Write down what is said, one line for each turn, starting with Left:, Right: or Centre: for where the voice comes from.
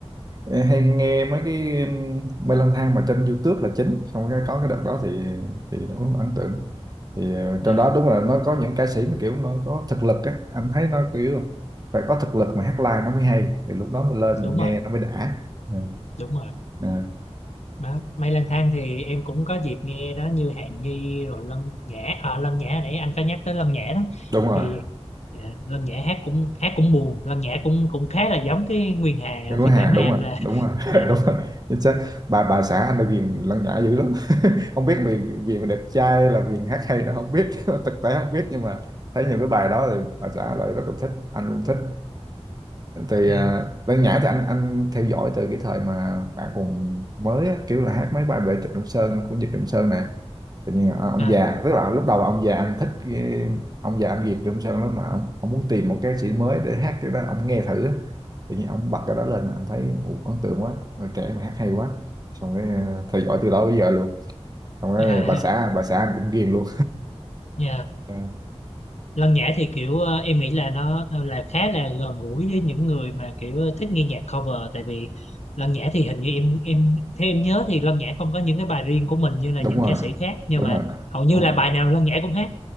Right: hay nghe mấy cái um, mê lang thang mà trên YouTube là chính xong cái có cái đợt đó thì thì nó cũng ấn tượng thì ờ,
Left: Dạ,
Right: trong đó đúng là nó có những ca sĩ mà kiểu nó có thực lực á anh thấy nó kiểu phải có thực lực mà hát live nó mới hay thì lúc đó mình lên
Left: đúng
Right: mình nghe
Left: rồi
Right: nó mới đã Ừ.
Left: đúng rồi
Right: Ừ.
Left: đó. Mây Lang Thang thì em cũng có dịp nghe đó như Hàn Ni rồi Lân Nhã à, Lân Nhã nãy anh có nhắc tới Lân Nhã đó
Right: đúng rồi
Left: thì dạ, Lân Nhã hát cũng hát cũng buồn Lân Nhã cũng cũng khá là giống cái Nguyên Hà
Right: Người của
Left: phiên
Right: Hàn
Left: bản nam
Right: đúng rồi
Left: là
Right: đúng rồi
Left: <laughs>
Right: <laughs>
Left: dạ.
Right: đúng rồi chính xác bà bà xã anh là ghiền lăng nhã dữ lắm <laughs> không biết vì vì mà đẹp trai hay là vì hát hay nó không biết <laughs> thực tế không biết nhưng mà thấy nhiều cái bài đó thì bà xã lại rất là thích anh cũng thích thì
Left: Ừ.
Right: à, lăng nhã thì anh anh theo dõi từ cái thời mà bạn còn mới á, kiểu là hát mấy bài về Trịnh Công Sơn của Nhật Công Sơn nè tự nhiên ờ, ông
Left: à,
Right: già tức là lúc đầu ông già anh thích cái, ông già anh Việt trong Sơn lắm mà ông, ông muốn tìm một ca sĩ mới để hát cái đó ông nghe thử á. tự nhiên ông bật cái đó lên anh thấy ồ ấn tượng quá Người trẻ mà hát hay quá xong cái ờ, theo dõi từ đó bây giờ luôn xong cái
Left: à,
Right: bà xã bà xã anh cũng ghiền luôn
Left: <laughs> dạ.
Right: Ờ,
Left: Lân Nhã thì kiểu ờ, em nghĩ là nó ờ, là khá là gần gũi với những người mà kiểu ờ, thích nghe nhạc cover tại vì Lân Nhã thì hình như em em theo em nhớ thì Lân Nhã không có những cái bài riêng của mình như là
Right: đúng
Left: những
Right: rồi
Left: ca sĩ khác nhưng
Right: đúng
Left: mà
Right: rồi
Left: hầu như
Right: đúng
Left: là
Right: rồi
Left: bài nào Lân Nhã cũng hát.